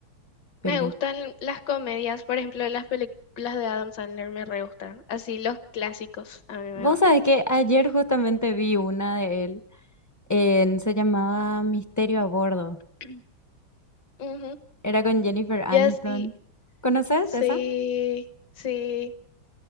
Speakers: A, on the left; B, on the left.
A: Me
B: peli.
A: gustan las comedias, por ejemplo las películas de Adam Sandler me re gustan, así los clásicos a mí me
B: Vos
A: gustan.
B: sabés que ayer justamente vi una de él. en- se llamaba Misterio a Bordo.
A: <clears throat> Ujú.
B: Era con Jennifer Aniston.
A: Ya sí,
B: ¿Conoces
A: sí,
B: esa?
A: sí.